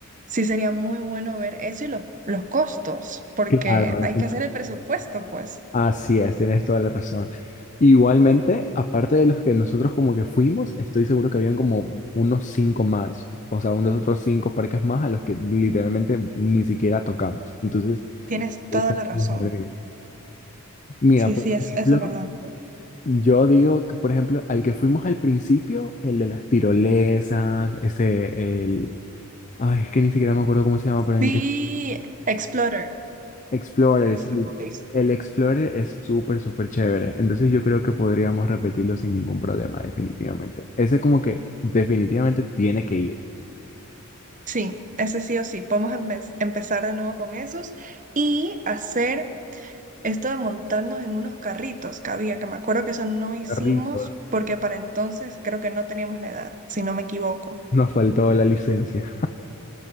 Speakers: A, on the right; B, on the left.
A: sí sería muy bueno ver eso y los, los costos, porque
B: Claro, ahora
A: hay
B: sí.
A: que hacer el presupuesto, pues.
B: Así es, tienes toda la razón. Igualmente, aparte de los que nosotros como que fuimos, estoy seguro que habían como unos cinco más, o sea, unos otros cinco parques más a los que literalmente ni siquiera tocamos. Entonces,
A: Tienes toda
B: ahí pues,
A: la razón.
B: nos agregué. mira,
A: Sí,
B: por
A: sí,
B: ejemplo,
A: es- eso es verdad.
B: yo digo que, por ejemplo, al que fuimos al principio, el de las tirolesas, este, el, ay, es que ni siquiera me acuerdo cómo se llama, pero en
A: Vi
B: el que
A: Explorer.
B: Explorer,
A: Explorer.
B: sí. El Explorer es súper, súper chévere. Entonces yo creo que podríamos repetirlo sin ningún problema, definitivamente. Ese es como que definitivamente tiene que ir.
A: Sí, ese sí o sí. Podemos empe- empezar de nuevo con esos y hacer esto de montarnos en unos carritos que había, que me acuerdo que eso no hicimos
B: Perritos.
A: porque para entonces creo que no teníamos la edad, si no me equivoco.
B: Nos faltó la licencia.